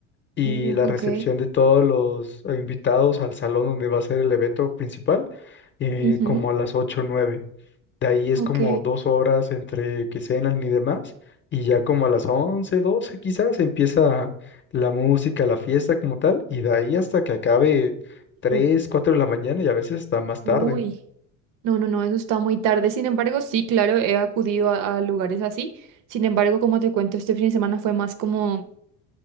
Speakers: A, on the left; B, on the right.
A: y
B: Uh,
A: la recepción
B: ok.
A: de todos los eh, invitados al salón donde va a ser el evento principal, eh,
B: Ujú,
A: como a las 8 o 9. De ahí es
B: ok.
A: como dos horas entre que cenan y demás, y ya como a las 11 12 quizás empieza la música, la fiesta como tal, y de ahí hasta que acabe 3
B: U-
A: 4 de la mañana y a veces hasta más
B: Uy.
A: tarde.
B: No, no, no, eso está muy tarde. Sin embargo, sí, claro, he acudido a, a lugares así. Sin embargo, como te cuento, este fin de semana fue más como